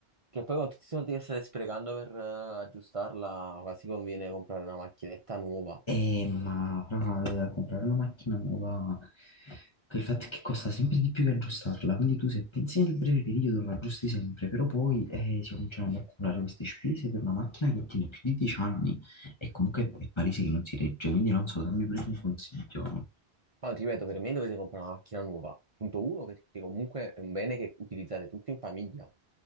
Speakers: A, on the right; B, on the left.
A: Che poi con tutti i soldi che state sprecando per eh, aggiustarla, quasi conviene comprare una macchinetta nuova.
B: Eh, ma fra eh, comprare una macchina nuova, il fatto è che costa sempre di più che aggiustarla, quindi tu se pensi nel breve periodo la aggiusti sempre, però poi eh, si cominciano ad accumulare queste spese per una macchina che tiene più di 10 anni e comunque è palese che non si regge, quindi non so, dammi pure un consiglio.
A: No, ti ripeto, per me dovete comprare una macchina nuova. Punto uno, perché comunque è un bene che utilizzate tutti in famiglia.